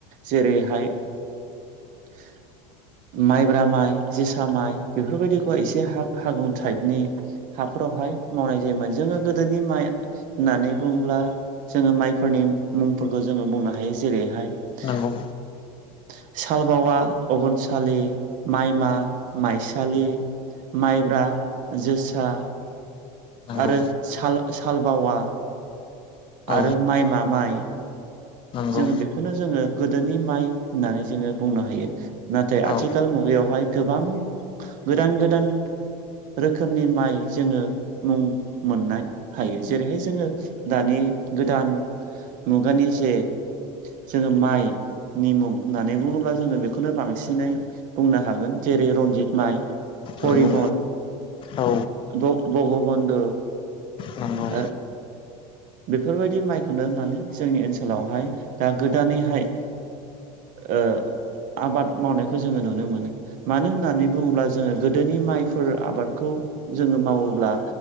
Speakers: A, on the right; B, on the left.
A: जेरैहाय- <unintelligible> माइब्रा माइ जोसा माइ बेफोरबायदिखौ एसे हा-हागुं टाइपनि हाफोरावहाय मावनाय जायोमोन जोङो गोदोनि माइ होननानै बुङोब्ला जोङो माइफोरनि मुंफोरखौ जोङो बुंनो हायो जेरैहाय-
B: नंगौ
A: <unintelligible> सालबावा अबनसालि माइमा माइसालि। माइब्रा जोसा।
B: नंगौ
A: आरो साल-सालबावा।
B: औ
A: आरो माइमा माइ।
B: नंगौ
A: जोङो बेखौनो जोङो गोदोनि माइ होननानै जोङो बुंनो हायो। नाथाय आथिखाल
B: औ
A: मुगायावहाय गोबां गोदान गोदान रोखोमनि माइ जोङो मुं मोननाय हायो जेरैहाय जोङो दानि गोदान मुगानि जे जोङो माइ नि मुं होननानै बुङोब्ला जोङो बेखौनो बांसिनै बुंनो हागोन जेरै रनजित माइ। फरिमल
B: नंगौ औ
A: बग-भगबनध
B: नंगौ
A: आर बेफोरबायदि माइखौनो माने जोंनि ओनसोलावहाय दा गोदानैहाय ओ-आबाद मावनायखौ जोङो नुनो मोनो। मानो होननानै बुङोब्ला जोङो गोदोनि माइफोर आबादखौ जोङो मावोब्ला